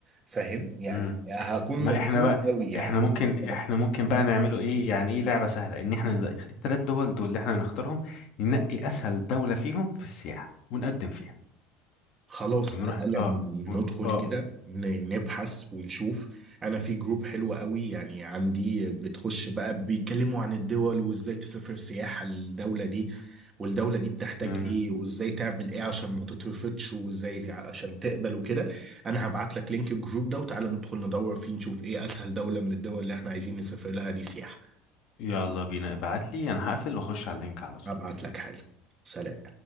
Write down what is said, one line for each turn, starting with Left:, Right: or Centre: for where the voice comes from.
Right: فاهم يعني
Left: ايه
Right: هكون
Left: ما
Right: مبسوط
Left: احنا بقى
Right: قوي يعني
Left: احنا ممكن احنا ممكن بقى نعمله ايه يعني ايه لعبة سهلة ان احنا نلاقي التلات دول دول اللي احنا نختارهم ننقي اسهل دولة فيهم في السياحة ونقدم فيها
Right: خلاص
Left: ونروح
Right: تعالى
Left: اه
Right: ندخل
Left: و... اه
Right: كده ن- نبحث ونشوف انا في جروب حلو قوي يعني عندي بتخش بقى بيتكلموا عن الدول وازاي تسافر سياحة للدولة دي والدولة دي بتحتاج
Left: مم.
Right: ايه وازاي تعمل ايه عشان ما تترفضش وازاي عشان تقبل وكده انا هبعت لك لينك الجروب ده وتعالى ندخل ندور فيه نشوف ايه اسهل دولة من الدول اللي احنا عايزين نسافر لها دي سياحة
Left: يلا بينا ابعت لي انا هقفل واخش على اللينك على طول
Right: هبعت لك حالا سلام